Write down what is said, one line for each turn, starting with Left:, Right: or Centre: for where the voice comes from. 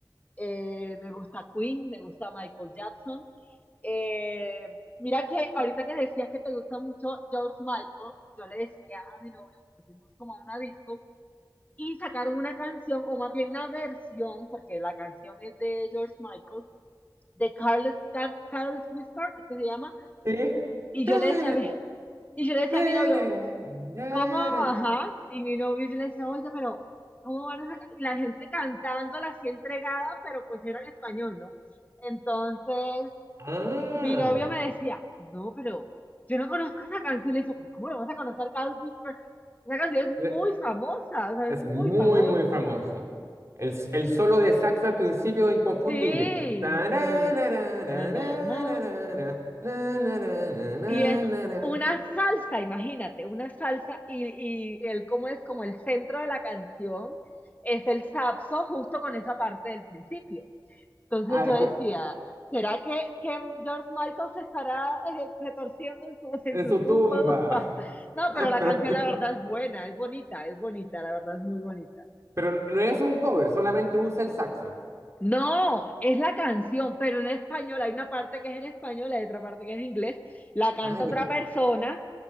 Left: eh, me gusta Queen, me gusta Michael Jackson. Eh, mira que ahorita que decías que te gusta mucho George Michael, yo le decía a mi novio, que fuimos como a una disco y sacaron una canción, o más bien una versión, porque la canción es de George Michael, de Carlos Carlos Whisper, es que se llama,
Right: Sí.
Left: y
Right: Tere,
Left: yo le decía a mi, y yo le decía
Right: tereré,
Left: a mi novio,
Right: tereré.
Left: ¿cómo? Ajá, y mi novio yo le decía, oye, pero ¿cómo van a sacar? Y la gente cantándola así entregada, pero pues era en español, ¿no? Entonces,
Right: Ah,
Left: mi novio me decía, no, pero yo no conozco esa canción. Le digo, ¿cómo no vas a conocer Cat Whisper? Esa canción es
Right: eh,
Left: muy famosa, o sea,
Right: es
Left: es muy
Right: muy,
Left: famosa.
Right: muy famosa. El, el solo de saxo al principio es inconfundible.
Left: Sí,
Right: Tarararararararara,
Left: sí. Na, na, na.
Right: nanananananana.
Left: Y es una salsa, imagínate, una salsa y, y el cómo es como el centro de la canción es el saxo justo con esa parte del principio. Entonces
Right: Ah,
Left: yo decía,
Right: cu-
Left: ¿será que, que George Michael se estará eh, retorciendo en su, <laughs> en
Right: en
Left: su
Right: su
Left: tumba,
Right: tumba.
Left: <laughs> tumba? No,
Right: <laughs>
Left: pero la canción la verdad es buena, es bonita, es bonita, la verdad es muy bonita.
Right: Pero no es un cover, solamente usa el saxo.
Left: No, es la canción, pero en español, hay una parte que es en español, hay otra parte que es en inglés, la canta
Right: Ah, ya.
Left: otra persona